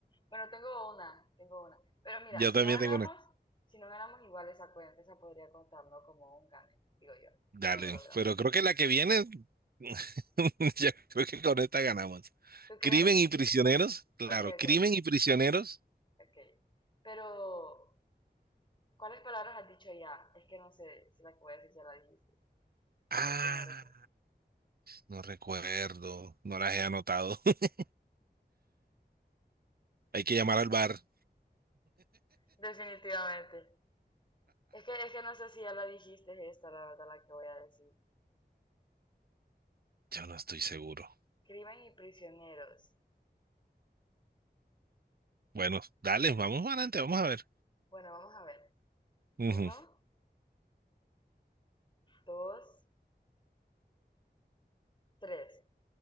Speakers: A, on the left; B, on the right.
A: Bueno, tengo una, tengo una. Pero mira,
B: yo
A: si
B: también
A: no ganamos,
B: tengo una.
A: si no ganamos igual esa cuenta, esa podría contarnos como un gane, digo yo,
B: Dale,
A: si no lo logramos.
B: pero creo que la que viene, <laughs> yo creo que con esta ganamos.
A: ¿Tú crees?
B: Crimen y prisioneros, claro,
A: Ok,
B: crimen
A: ok.
B: y prisioneros.
A: Ok. Pero, ¿cuáles palabras has dicho ya? Es que no sé si la que voy a decir ya la dijiste.
B: Ah,
A: Ay, es que no recuerdo.
B: no recuerdo, no las he anotado. <laughs> Hay que llamar al bar.
A: Definitivamente. Es que, es que no sé si ya la dijiste esta, la verdad, la que voy a decir.
B: Yo no estoy seguro.
A: Crimen y prisioneros.
B: Bueno, dale, vamos adelante, vamos a ver.
A: Bueno, vamos a ver.
B: Ujú.
A: Uno, dos, tres.